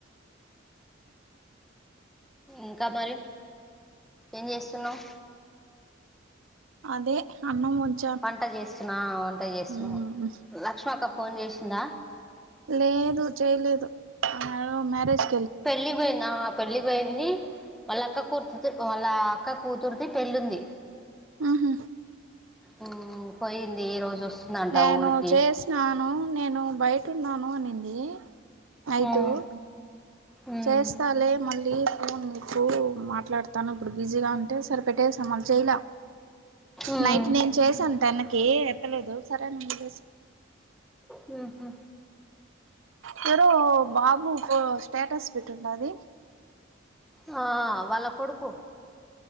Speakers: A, in the centre; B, on the right (about 90°).
A: ఇంకా మరి ఏం చేస్తున్నావు
B: అదే అన్నం వండి
A: వంట చేస్తున్నా వంట చేస్తున్నా
B: ఉమ్
A: లక్ష్మ అక్క ఫోన్ చేసిందా
B: లేదు చేయలేదు మ్యారేజ్
A: పళ్లి పోయినా పెళ్లికి పోయిని వాళ్ళ అక్క కూర్తు వాళ్ళ అక్క కూతుర్తి పెళ్ళింది
B: ఆహ
A: హ్మ్ పోయింది ఈ రోజు వస్తుందంట
B: నేను
A: ఊరికి
B: చేసినాను నేను బయటున్నాను అనింది నైటు
A: ఉమ్ ఉమ్
B: చేస్తాలే మళ్ళీ న్ మీకు మాట్లాడతాను ఇప్పుడు బిజీగా ఉంటే సరిపెట్టేస మాల చేయలా
A: ఉమ్
B: నైట్ నేను చేసాను టెన్ కి ఎత్తలేదు సరేఅని వొదిలేసి
A: హాహు
B: మీరు బాబు ఒక స్టేటస్ పెట్టింటది
A: హా వాళ్ళ కొడుకు